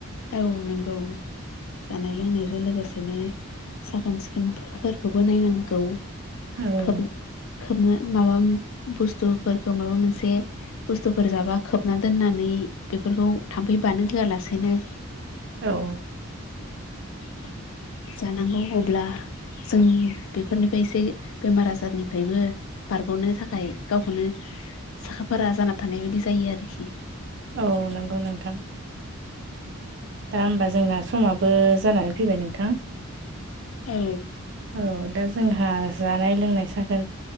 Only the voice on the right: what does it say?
औ
औ।
औ नंगौ नोंथां दा होमबा जोंना समाबो जानानै फैबाय नोंथां
औ दा जोंहा जानाय लोंनाय साखोन